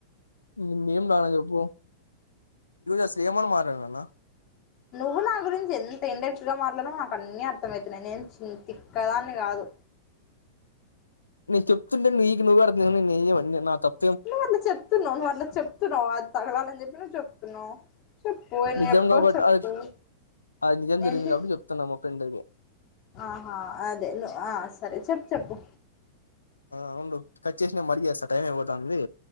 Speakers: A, on the left; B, on the left.
A: నినేం లాగిన చెప్పు అసలు ఏమని మాట్లాడినానా
B: నువ్వు నా గురించి ఎంత ఇన్ డైరెక్ట్ గా మ ఆ నాకు అన్నీ అర్థమవుతున్నాయి నేను చి తిక్కదాన్ని కాదు
A: నేను చెప్తుంటే నీకి నువ్వు అర్థం చెసుకుంటె నన్నేంచెయమంటవ్ నా తప్ప
B: నువ్ అట్ల చెప్తున్నావు నువ్వు అట్ల చెప్తున్నావు అది తగలాని చెప్పి నువ్వు చెప్తున్నావ్ పొయిన
A: నిజం
B: ఎప్పొ
A: కాబట్టి
B: చెప్పు
A: అది నిజం జరిగింది
B: ఏంటి
A: కాబట్టి చెప్తున్నా మా ఫ్రెండ్కి
B: ఆహా అదే నువ్ ఆ సరే చెప్పు చెప్పు
A: ఆ ఉండు కట్ చేసి నె మళ్ళి చేస్తా టైం అయిపోతా ఉందీ